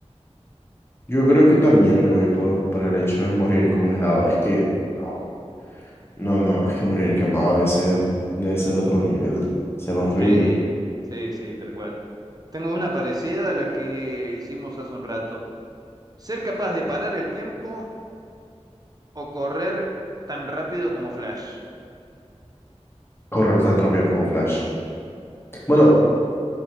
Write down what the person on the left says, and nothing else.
Yo creo que también me voy por, por el hecho de morir congelado. Es que, no, no, no, es que morir quemado debe ser, debe ser otro nivel, ser horrible.
Correr tan rápido como Flash. Bueno,